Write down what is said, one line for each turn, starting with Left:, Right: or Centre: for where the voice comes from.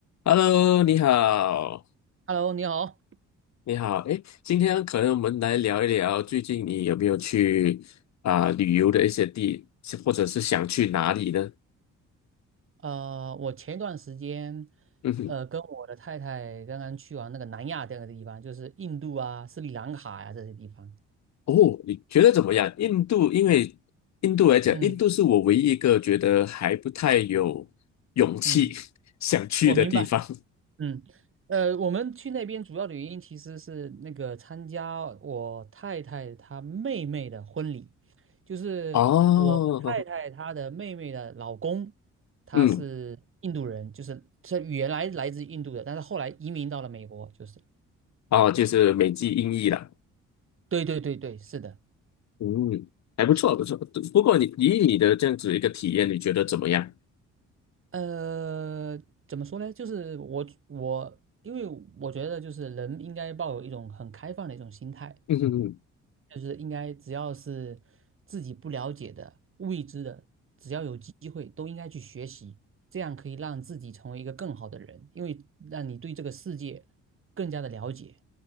Left: Hello，你好，
Right: Hello，你好。
Left: 你好，诶，今天可能我们来聊一聊最近你有没有去啊、旅游的一些地，或者是想去哪里呢？
Right: 呃，我前段时间，
Left: 嗯哼，
Right: 呃，跟我的太太刚刚去完那个南亚这个地方，就是印度啊、斯里兰卡呀、这些地方。
Left: 哦，你觉得怎么样？印度，因为印度来讲，
Right: 嗯
Left: 印度是我唯一一个觉得还不太有勇气
Right: 嗯，
Left: <laughs> 想去的地方。
Right: 我明白。嗯，呃，我们去那边主要的原因其实是那个参加我太太她妹妹的婚礼，就是我太太她的妹妹的老公，
Left: 哦，
Right: 他是印度人，
Left: 嗯，
Right: 就是他原来来自印度的，但是后来移民到了美国，就是。
Left: 哦，就是美籍英译了，
Right: 对对对对，是的。
Left: 嗯，还不错，不错。不过你以你的这样子一个体验，你觉得怎么样？
Right: 呃，怎么说呢？就是我我，因为我觉得就是人应该抱有一种很开放的一种心态，
Left: 嗯嗯
Right: 就是应该只要是自己不了解的、未知的，只要有机会都应该去学习，这样可以让自己成为一个更好的人，因为让你对这个世界更加的了解。